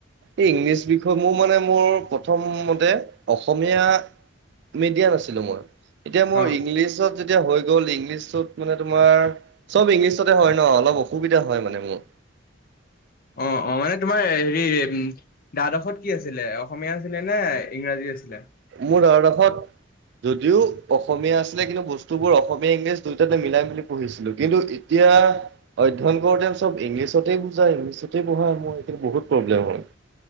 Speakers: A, on the right; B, on the left.
A: এই ইংলিছ বিষয়ক, মোৰ মানে মোৰ প্ৰথমতে অসমীয়া- মিডিয়াম আছিলোঁ মই। এতিয়া মোৰ
B: অ',
A: ইংলিছত- এতিয়া হৈ গ'ল ইংলিছত মানে তোমাৰ চব ইংলিছতে হয় ন অলপ অসুবিধা হয় মানে মোৰ।
B: অঁ, অঁ। এ তোমাৰ হেৰি- দ্বাদশত কি আছিলে অসমীয়া আছিলে নে ইংৰাজী আছিলে?
A: মোৰ দ্বাদশত- যদিও অসমীয়া আছিলে কিন্তু বস্তুবোৰ অসমীয়া, ইংলিছ দুইটাতে মিলাই মেলি পঢ়িছিলোঁ। কিন্তু- এতিয়া- অধ্যয়ন কৰোঁতে চব ইংলিছতেই বুজায়, ইংলিছতেই পঢ়ায়। মোৰ এইখিনি বহুত প্ৰব্লেম হ'ল।